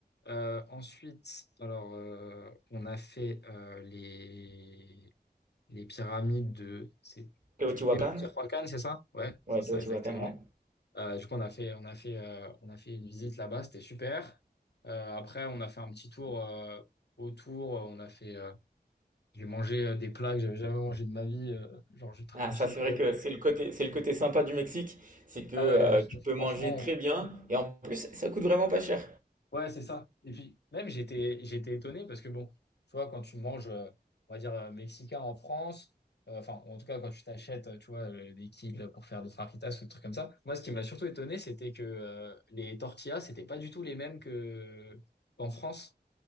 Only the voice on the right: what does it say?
Teotihuacan?
Ouais,
Teotihuacan,
ouais.
Ah
ça, c'est
vrai
que c'est le côté c'est le côté sympa du Mexique, c'est que,
heu, tu peux
manger
très bien et en plus, ça coûte vraiment pas cher.